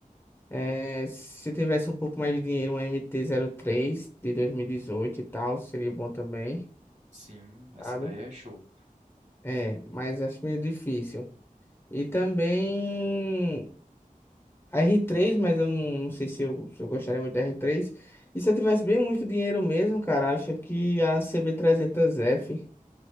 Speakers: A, on the left (about 15°); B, on the right (about 55°).
A: É, se eu tivesse um pouco mais de dinheiro, um mt três de dois mil e dezoito e tal, seria bom também,
B: sim, essa
A: sabe?
B: daí é show.
A: É, mas acho meio difícil. E também a r três mas eu não, não sei se eu, se eu gostaria muito da r três E se eu tivesse bem muito dinheiro mesmo, cara, acho que a cb trezentos f